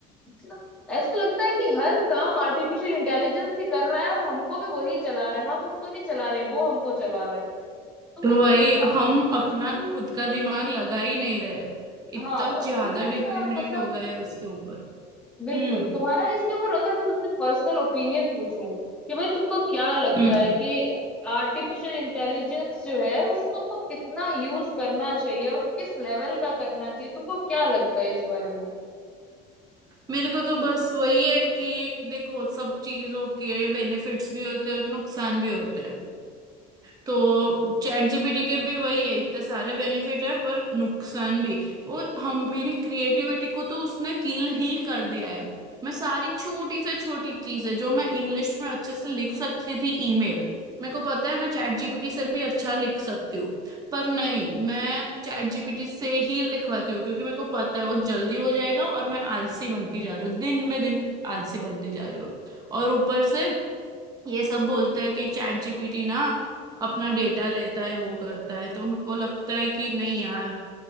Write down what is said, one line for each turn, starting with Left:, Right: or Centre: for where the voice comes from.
Centre: मतलब ऐसा लगता है कि हर काम आर्टिफिशियल इंटेलिजेंस ही कर रहा है और हमको भी वही चला रहा है हम उसको नहीं चला रहे वो हमको चला रहा है हमको
Right: वही
Centre: थोड़ा सा
Right: हम अपना
Centre: पर्सनल
Right: खुद का दिमाग लगा ही नहीं रहे
Centre: हाँ
Right: इतना
Centre: और
Right: ज्यादा
Centre: थोड़ा इसका
Right: डिपेंडेंट
Centre: मतलब
Right: हो गए उसके ऊपर
Centre: बिल्कुल
Right: हम्म
Centre: तुम्हारा इसके ऊपर अगर मैं तुमसे पर्सनल ओपिनियन पूछूं कि भाई तुमको क्या लगता
Right: हम्म
Centre: है कि आर्टिफिशियल इंटेलिजेंस जो है उसको हमको कितना यूज करना चाहिए और किस लेवल का करना चाहिए तुमको क्या लगता है इस बारे में
Right: मेरे को तो बस वही है कि देखो सब चीजों के बेनिफिट्स भी होते हैं और नुकसान भी होते हैं तो चैट जीपीटी के भी वही है इतने सारे बेनिफिट है पर नुकसान भी वो हम मेरी क्रिएटिविटी को तो उसने किल ही कर दिया है मैं सारी छोटी से छोटी चीजें जो मैं इंग्लिश में अच्छे से लिख सकती थी ईमेल मेरे को पता है मैं चैट जीपीटी से भी अच्छा लिख सकती हूँ पर नहीं मैं चैट जीपीटी से ही लिखवाती हूँ क्योंकि मेरे को पता है वो जल्दी हो जाएगा और मैं आलसी बनती जा रही हूँ दिन में दिन आलसी बनती जा रही हूँ और ऊपर से ये सब बोलता है कि चैट जीपीटी ना अपना डेटा लेता है वो करता है तो मेरे को लगता है कि नहीं यार